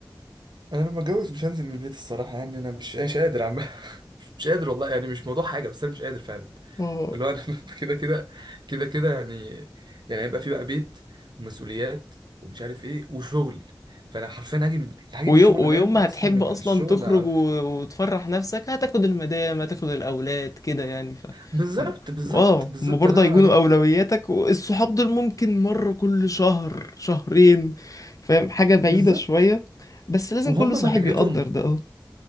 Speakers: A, on the right; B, on the left.
A: انا لما اتجوز مش هنزل من البيت الصراحه يعني انا مش مش قادر عم <laughs> مش قادر والله يعني مش موضوع حاجه بس انا مش قادر فعلا
B: اه
A: اللي هو انا <laughs> كده كده كده كده يعني يعني هيبقى في بقى بيت ومسؤوليات ومش عارف ايه وشغل فانا حرفيا هاجي من- هاجي
B: ويوم,
A: من الشغل
B: ويوم
A: انام
B: ما
A: اصحى
B: هتحب
A: من
B: اصلا
A: الشغل
B: تخرج
A: اروح
B: و... وتفرح نفسك هتاخد المدام هتاخد الاولاد كده يعني ف
A: بالظبط
B: هم...
A: بالظبط
B: اه
A: بالظبط
B: هم برضه
A: الله ينور
B: هيكونوا
A: عليك
B: اولوياتك والصحاب دول ممكن مره كل شهر شهرين فاهم حاجه بعيده
A: بالظبط
B: شويه بس لازم
A: وهم
B: كل صاحب
A: مكانتهم
B: يقدر ده اه